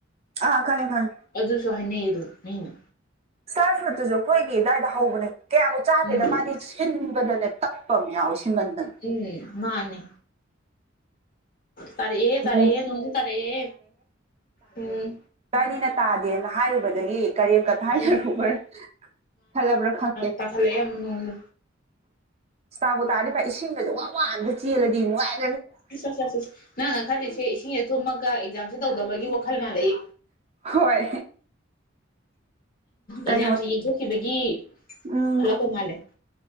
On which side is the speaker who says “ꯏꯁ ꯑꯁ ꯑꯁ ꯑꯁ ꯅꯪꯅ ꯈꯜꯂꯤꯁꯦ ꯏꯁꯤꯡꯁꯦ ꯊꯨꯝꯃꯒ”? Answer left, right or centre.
Left